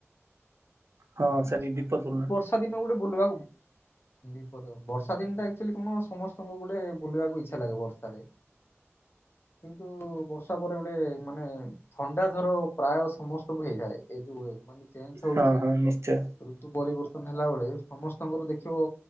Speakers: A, on the right; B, on the left.
A: ହଁ
B: ହୁଁ
A: ସେ ବି
B: ସ୍ମୃତି
A: ବିପଦପୂର୍ଣ୍ଣ
B: ବର୍ଷା ଦିନ ଗୋଟେ ବୁଲିବାକୁ ବିପଦ ବର୍ଷା ଦିନ ଟା ଆକ୍ଚୁଆଲି କଣ ସମସ୍ତଙ୍କୁ ଗୋଟେ ବୁଲିବାକୁ ଇଚ୍ଛା ଲାଗେ ବର୍ଷାରେ। ତୁ ବର୍ଷା ପରେ ଗୋଟେ ମାନେ ଥଣ୍ଡା ଜର ପ୍ରାୟ ସମସ୍ତଙ୍କୁ ହେଇଥାଏ ଏଇ ଯୋଉ ମାନେ ଚେଞ୍ଜ ହଉଚି।
A: ହଁ ହଁ ନିଶ୍ଚୟ
B: ଋତୁ ପରିବର୍ତ୍ତନ ହେଲା ବଳେ ସମସ୍ତଙ୍କର ଦେଖିବ